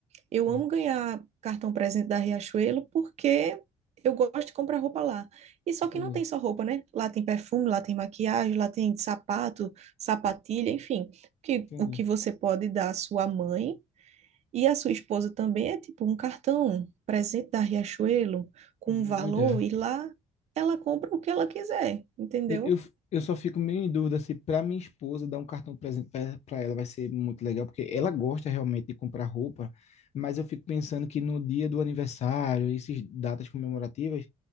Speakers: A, on the right; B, on the left.
A: Eu
B: Ah,
A: amo ganhar cartão presente da Riachuelo porque eu gosto de comprar roupa lá. E só
B: entendi,
A: que não tem só roupa, né? Lá tem perfume, lá tem maquiagem, lá tem sapato, sapatilha, enfim. Que,
B: entendi.
A: o que você pode dar à sua mãe e à sua esposa também é tipo um cartão um presente da Riachuelo com
B: Hum,
A: um valor
B: boa ideia.
A: e lá ela compra o que ela quiser, entendeu?
B: Eu, eu, eu só fico meio em dúvida se para minha esposa dar um cartão presente para ela vai ser muito legal, porque ela gosta realmente de comprar roupa, mas eu fico pensando que no dia do aniversário, essas datas comemorativas,